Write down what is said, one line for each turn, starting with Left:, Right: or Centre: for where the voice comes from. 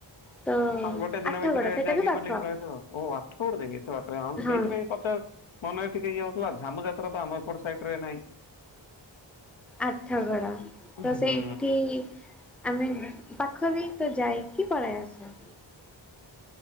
Centre: ତ
Left: ହଁ ଗୋଟେ ଦିନ
Centre: ଆଠଗଡ
Left: ଭିତରେ
Centre: ସେଇଟା
Left: ଯାଇକି
Centre: ବି ପାଖ
Left: ବୁଲିକି ପଳେଇ ଆସୁ ଆଉ ଓ ଆଠଗଡ଼ ଯାଇକି ଏତେ ବାଟ
Centre: ହଁ
Left: ସେଇଥିପାଇଁ ପଛ ମନରେ ଟିକେ ଇଏ ହଉଥିଲା ଝାମୁ ଯାତ୍ରା ତ ଆମ ଏପଟ ସାଇଟରେ ନାହିଁ।
Centre: ଆଠଗଡ ତ
Left: ହୁଁ
Centre: ସେଇଠି ଆମେ ନୁହଁ ପାଖ ବି ତ ଯାଇକି ପଳାଇ ଆସୁ।